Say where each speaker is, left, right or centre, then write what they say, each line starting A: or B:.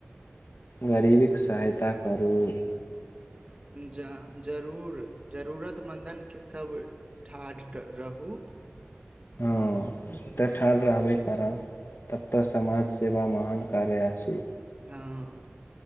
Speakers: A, on the left; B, on the right.
A: गरीबीके सहायता करू नी
B: ज जरूर। जरूरत मंन्दन क सब ठाढ़ रहू।
A: हँ, तऽ ठाढ़ रहबे करब। तब तऽ समाज सेवा महान कार्य अछि।
B: हँ,